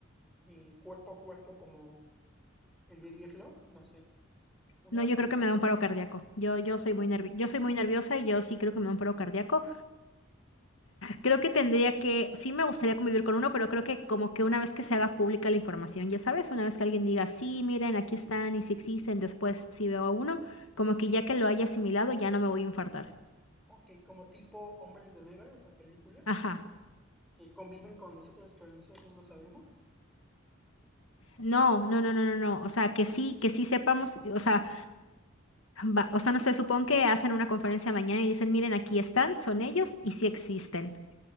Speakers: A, in the centre; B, on the left (about 85°).
A: eh, cuerpo a cuerpo como el vivirlo? No sé, una,
B: No, yo
A: pues,
B: creo que me da un paro cardíaco. Yo, yo soy muy nervi- yo soy muy nerviosa y yo sí creo que me da un paro cardíaco. Creo que tendría que, sí me gustaría convivir con uno, pero creo que como que una vez que se haga pública la información, ya sabes, una vez que alguien diga, sí, miren, aquí están y si existen, después si veo a uno, como que ya que lo haya asimilado, ya no me voy a infartar.
A: ok, como tipo Hombres de Negro, la película,
B: Ajá.
A: que conviven con nosotros, pero nosotros no lo sabemos.
B: No, no, no, no, no, no. O sea, que sí, que sí sepamos, o sea, va- o sea, no sé, supón que hacen una conferencia mañana y dicen, miren, aquí están, son ellos y sí existen.